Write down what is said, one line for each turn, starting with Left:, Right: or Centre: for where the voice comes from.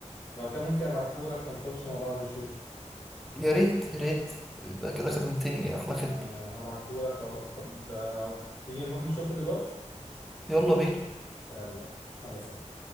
Left: لو كان ممكن أبعتهولك ونخش مع بعض نشوفه
Centre: يا ريت يا ريت يبقى كده خدمتني أحلى خدمة
Left: تمام هبعتهولك أهو طب آه، تيجي نروح نشوفه دلوقتي
Centre: يلا بينا
Left: يلا يلا سلام